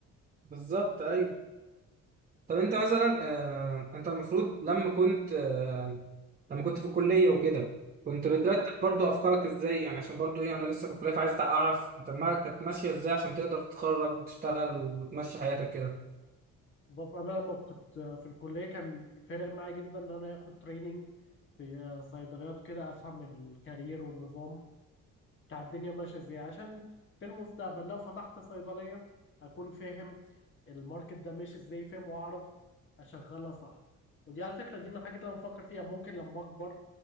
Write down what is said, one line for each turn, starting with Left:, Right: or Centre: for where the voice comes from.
Right: بالظبط أيوة طب انت مثلا آه، انت المفروض لما كنت آه، لما كنت في الكليه وكده كنت بترتب
Left: اه
Right: برضو افكارك ازاي يعني عشان برضو ايه انا لسه في الكليه فعايز اعرف انت دماغك كانت ماشيه ازاي عشان تقدر تتخرج وتشتغل وتمشي حياتك كده
Left: بص انا لما كنت في الكليه كان فارق معايا جدا ان انا اخد تريننج في صيدليات كده افهم الكارير والنظام بتاع الدنيا ماشيه ازاي عشان في المستقبل لو فتحت صيدليه اكون فاهم الماركت ده ماشي ازاي فاهم واعرف اشغلها صح ودي على فكره دي من الحاجات اللي انا بفكر فيها ممكن لما اكبر